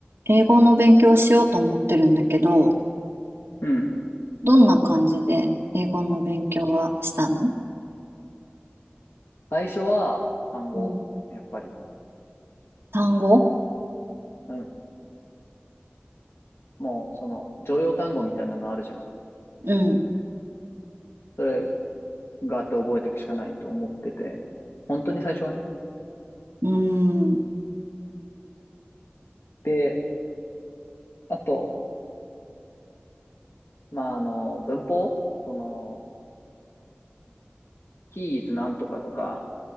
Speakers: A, on the right; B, on the left.
A: 英語の勉強をしようと思ってるんだけど、
B: うん。
A: どんな感じで英語の勉強はしたの
B: 最初は単語。
A: うん。
B: やっぱり。
A: 単語
B: うん。もう、その、常用単語みたいなのあるじゃん。
A: うん。
B: それ、があって覚えていくしかないと思ってて。本当に最初はね。
A: うーん。
B: で、あと、まあ、あの、文法その、he is なんとかとか、